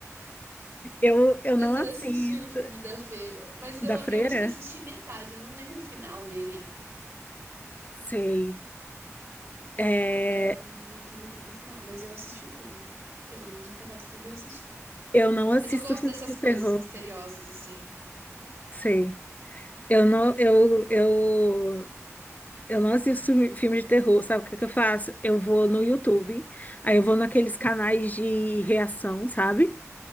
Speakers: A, on the left; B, on the right.
A: Eu, eu
B: Mas
A: não assisto.
B: eu assisti o filme da Feira. Mas
A: Da
B: eu,
A: Freira?
B: eu acho que eu assisti metade, eu não lembro o final dele.
A: Sei. É,
B: É, não, não tô lembrando o final, mas eu assisti o filme. Pelo menos um pedaço dele eu assisti.
A: Eu não assisto
B: Mas eu gosto
A: filme
B: dessas
A: de
B: coisas
A: terror,
B: misteriosas, assim.
A: sei. Eu não, eu, eu, eu não assisto filme filme de terror. Sabe o que que eu faço? Eu vou no YouTube, aí eu vou naqueles canais de reação, sabe?